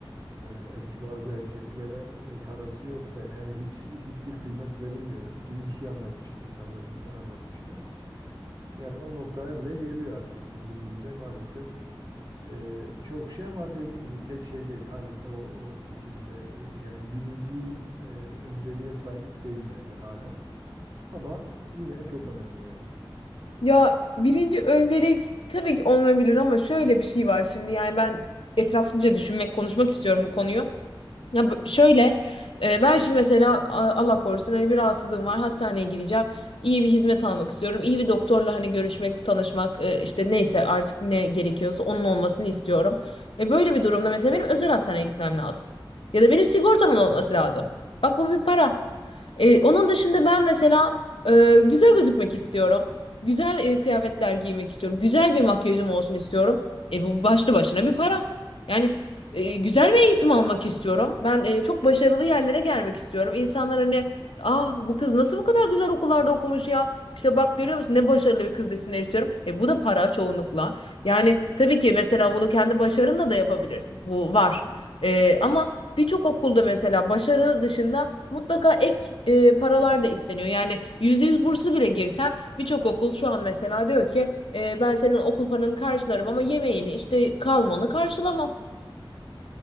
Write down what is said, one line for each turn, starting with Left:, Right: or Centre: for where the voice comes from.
Right: e, erk- bazı erkeklere e, parası yoksa yani hiç hiçbir kıymet verilmiyor gibi bir şey anlatmıştın sanırım sen anlatmıştın. Yani o noktaya bile geliyor artık bu günümüzde maalesef ee, çok şey ama dediğim gibi tek şey değil. Halen de o, o fikirdeyim. Yani birinci e, önceliğe sahip değil bence halen. Ama yine çok önemli yani.
Left: Ya birinci öncelik tabii ki olmayabilir ama şöyle bir şey var şimdi yani ben etraflıca düşünmek, konuşmak istiyorum bu konuyu. Ya b- şöyle e, ben şimdi mesela a- Allah korusun hani bir rahatsızlığım var hastaneye gideceğim. İyi bir hizmet almak istiyorum. İyi bir doktorla hani görüşmek, tanışmak e, işte neyse artık ne gerekiyorsa onun olmasını istiyorum. E böyle bir durumda mesela benim özel hastaneye gitmem lazım. Ya da benim sigortamın olması lazım. Bak bu bir para. E, onun dışında ben mesela e, güzel gözükmek istiyorum. Güzel e, kıyafetler giymek istiyorum. Güzel bir makyajım olsun istiyorum. E bu başlı başına bir para. Yani e, güzel bir eğitim almak istiyorum. Ben e, çok başarılı yerlere gelmek istiyorum. İnsanlar hani ah bu kız nasıl bu kadar güzel okullarda okumuş ya? İşte bak görüyor musun ne başarılı bir kız desinler istiyorum. E bu da para çoğunlukla. Yani tabii ki mesela bunu kendi başarınla da yapabilirsin. Bu var. E, ama birçok okulda mesela başarı dışında mutlaka ek e, paralar da isteniyor. Yani %100 bursu bile girsen birçok okul şu an mesela diyor ki e, ben senin okul paranı karşılarım ama yemeğini işte kalmanı karşılamam.